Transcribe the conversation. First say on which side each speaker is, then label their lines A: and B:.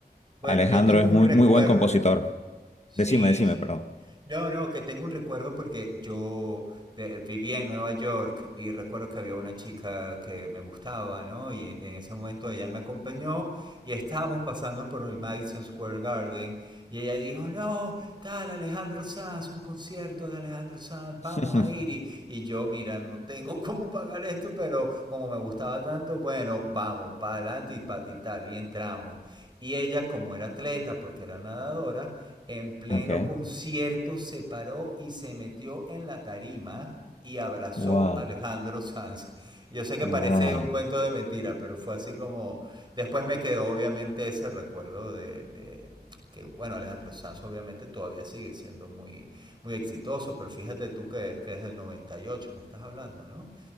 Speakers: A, on the right (about 25°); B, on the left (about 40°).
A: Bueno,
B: Alejandro
A: yo tengo
B: es
A: un
B: muy,
A: recuerdo.
B: muy buen compositor.
A: Sí,
B: Decime, decime,
A: sí.
B: perdón.
A: No, no, que tengo un recuerdo porque yo ve- vivía en Nueva York y recuerdo que había una chica que me gustaba, ¿no? Y en, en ese momento ella me acompañó y estábamos pasando por el Madison Square Garden y ella dijo, no, tal Alejandro Sanz, un concierto de Alejandro Sanz, vamos
B: <laughs>
A: a ir. Y, y yo, mira, no tengo <laughs> cómo pagar esto, pero como me gustaba tanto, bueno, vamos, para adelante y, pa- y tal, y entramos. Y ella, como era atleta, porque era nadadora, en pleno
B: Ok.
A: concierto se paró y se metió en la tarima y abrazó
B: Wow,
A: a Alejandro <laughs> Sanz. Yo sé que
B: wow.
A: parece un cuento de mentira, pero fue así como... Después me quedó obviamente ese recuerdo de, de que, bueno, Alejandro Sanz obviamente todavía sigue siendo muy, muy exitoso, pero fíjate tú que, que es del noventa y ocho me estás hablando, ¿no?